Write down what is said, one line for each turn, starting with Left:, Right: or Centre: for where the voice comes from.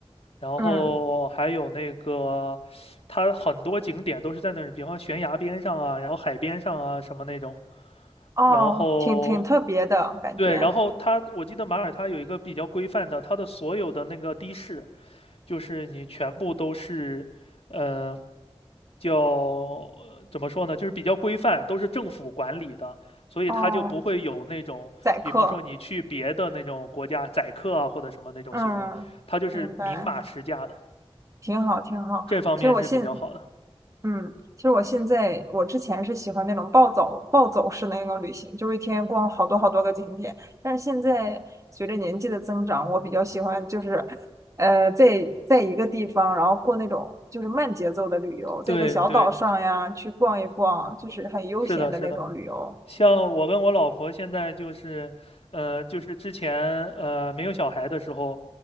Left: 然后还有那个它很多景点都是在那儿，
Right: 嗯，
Left: 比方悬崖边上啊，然后海边上啊什么那种。
Right: 哦，
Left: 然后
Right: 挺挺特别的感觉，
Left: 对，然后它我记得马耳他有一个比较规范的，它的所有的那个的士，就是你全部都是，呃，叫呃怎么说呢，就是比较规范，都是政府管理的，所以它就不会有那种，
Right: 哦，宰客，
Left: 比方说你去别的那种国家宰客啊或者什么那种行为，
Right: 嗯，
Left: 它就是明码实价的，
Right: 明白，挺好挺好。
Left: 这方面是比较好的。
Right: 其实我现嗯，其实我现在，我之前是喜欢那种暴走、暴走式的那种旅行，就是一天逛好多好多个景点。但是现在随着年纪的增长，我比较喜欢就是，呃，在在一个地方，然后过那种就是慢节奏的旅游，在一个小岛上呀去逛一逛，
Left: 对对，
Right: 就是很悠闲的那种旅游。
Left: 是的，是的。像我跟我老婆现在就是，呃，就是之前呃没有小孩的时候，